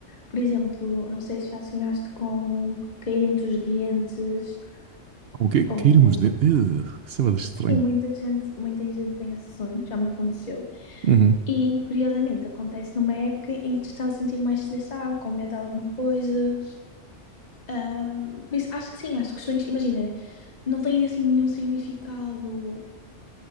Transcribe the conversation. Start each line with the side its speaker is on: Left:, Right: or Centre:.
Left: Por exemplo, não sei se já sonhaste com cair entre os dentes,
Right: Com que, cairmos
Left: ou.
Right: de... Uh, isso é bué estranho.
Left: Sim, muita gente, muita gente tem esse sonho, já me aconteceu.
Right: Uhum,
Left: E curiosamente acontece numa época em que te estás a sentir mais estressado, com medo de alguma coisa. Ahm, por isso, acho que sim, acho que os sonhos, imagina, não têm assim nenhum significado